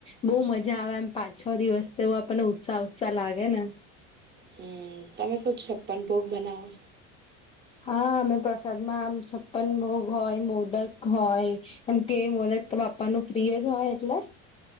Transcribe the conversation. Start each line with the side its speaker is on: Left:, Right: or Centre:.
Left: બહુ મજા આવે એમ પાંચ-છ દિવસ તોવ આપણને ઉત્સાહ ઉત્સાહ લાગે ને?
Right: હમ, તમે શું છપ્પન ભોગ બનાવો?
Left: હા, અમે પ્રસાદમાં આમ છપ્પન ભોગ હોય, મોદક હોય. એમ કે મો બાપ્પાના પ્રિય જ હોય એટલે